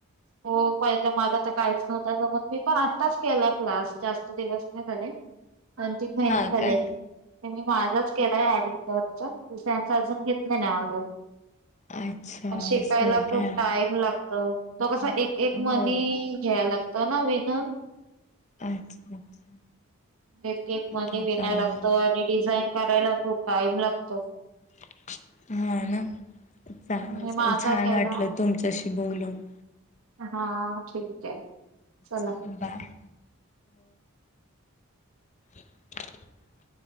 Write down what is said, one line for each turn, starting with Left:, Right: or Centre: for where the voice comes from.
Right: हो पहिला मला तर काहीच नव्हतं जमत मी पण आत्ताच केलाय क्लास जास्त दिवस नाही झाले. दोन तीन महिने
Left: हा
Right: झाले.
Left: काय
Right: ते मी माझाच केलाय आरी वर्कचा दुसऱ्यांच अजून घेतली नाही ऑर्डर!
Left: अच्छा
Right: पण शिकायला
Left: असं आहे
Right: खूप
Left: काय
Right: टाईम लाग तो. तो कसा एक एक मनी
Left: हो
Right: घ्याय लागतो ना विनून?
Left: अच्छा अच्छा.
Right: एक एक
Left: ठीक
Right: मनी
Left: आहे
Right: विनाय
Left: चालेल
Right: लागतो आणि डिझाईन करायला खूप टाइम लागतो.
Left: <inaudible> हा ना चांगलं‌
Right: मी माझा
Left: छान
Right: केला
Left: वाटलं तुमच्याशी बोलून!
Right: हा ठीक आहे. चला.
Left: चालेल बाय. <inaudible>